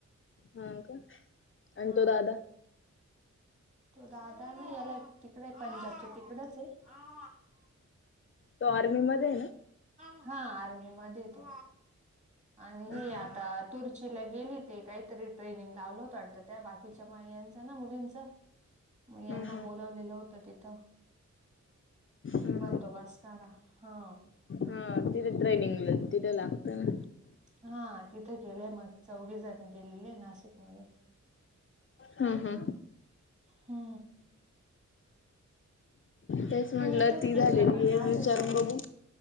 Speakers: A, on the left; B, on the right.
A: हां का? आणि
B: हा
A: तो दादा
B: तो दादा ना याला तिकड आहे पंजाबच्या तिकडच हाय
A: तो आर्मी मध्ये हाय ना
B: हा आर्मी मध्ये हे तो आणि ही
A: ह
B: आता
A: ह
B: तुर्चीला गेली ते काहीतरी ट्रेनिंग लावलं होतं वाटतां त्या बाकीच्या मायांच ना मुलींच म यांना
A: हं हं
B: बोलवलेलं होत तिथं
A: हं
B: बंदोबस्त हा
A: हा तिथे ट्रेनिंगला तिथे लागत ना
B: हा तिथे गेले म चौघी जण गेलेले नाशिक मधून
A: हू हू
B: हो
A: तेच म्हटलं
B: तुम्ही इथंच
A: ती
B: घेतलं
A: झालेली
B: का नाशिक
A: हे विचारून
B: मध्ये?
A: बघू